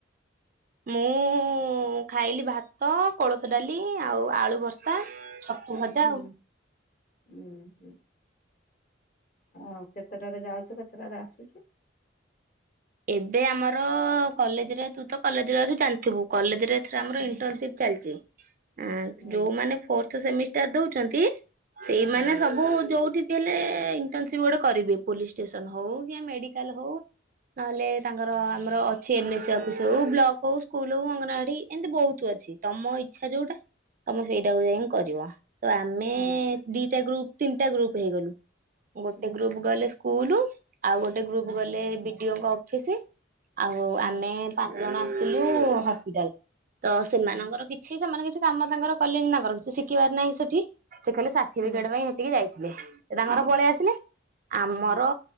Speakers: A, on the right (about 45°); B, on the left (about 45°).
A: ମୁଁ ଖାଇଲି ଭାତ, କୋଳଥ ଡାଲି ଆଉ ଆଳୁ ଭର୍ତା, ଛତୁ ଭଜା
B: ହୁଁ
A: ଆଉ
B: ହୁଁ ହୁଁ। ଆ କେତେଟାରେ ଯାଉଚୁ, କେତେଟାରେ ଆସୁଛୁ?
A: ଏବେ ଆମର କଲେଜରେ ତୁ ତ କଲେଜରେ ଅଛୁ ଜାଣିଥିବୁ କଲେଜରେ ଆ
B: ହୁଁ
A: ଇଣ୍ଟରସିପ୍ ଚାଲିଛି। ହଁ
B: ହୁଁ
A: ଯୋଉମାନେ ଫୋର୍ଥ ସେମିଷ୍ଟାର ଦଉଛନ୍ତି ସେଇମାନେ
B: ହୁଁ
A: ସବୁ ଯୋଉଠି ହେଲେ ଇଣ୍ଟରସିପ୍ ଗୋଟେ କରିବେ ପୋଲିସ୍ ଷ୍ଟେସନ ହଉ କି ମେଡିକାଲ ହଉ ନହେଲେ ତାଙ୍କର ଆମର ଅଛି ଏନ୍ଏସ୍ ଅଫିସ ହଉ ବ୍ଲକ ହଉ ସ୍କୁଲ ହଉ ଅଙ୍ଗନବାଡି ଏମିତି ବହୁତ ଅଛି। ତମ ଇଚ୍ଛା ଯୋଉଟା ତମେ ସେଇଟାକୁ ଯାଇ କରିବ। ତ ଆମେ
B: ହୁଁ
A: ଦିଟା ଗ୍ରୁପ୍ ତିନିଟା ଗ୍ରୁପ୍ ହେଇଗଲୁ ଗୋଟେ
B: ହୁଁ
A: ଗ୍ରୁପ୍ ଗଲେ ସ୍କୁଲ୍ ଆଉ ଗୋଟେ ଗ୍ରୁପ୍
B: ହୁଁ
A: ଗଲେ ବିଡିଓ ଙ୍କ ଅଫିସ୍ ଆଉ
B: ହୁଁ
A: ଆମେ ଜଣ ଆସିଥିଲୁ ହସ୍ପିଟାଲ୍ ତ ସେମାନଙ୍କର
B: ହୁଁ
A: କିଛି ସେମାନେ କିଛି କାମ ତାଙ୍କର କଲେନି। ତାଙ୍କର କିଛି ଶିଖିବାର ନାହିଁ ସେଠି, ସେ ଖାଲି ସାର୍ଟିଫିକେଟ
B: ହୁଁ
A: ପାଇଁ ସେଠିକି ଯାଇ <inaudible> ସେ ତାଙ୍କର ପଳେଇ ଆସିଲେ, ଆମର
B: ହୁଁ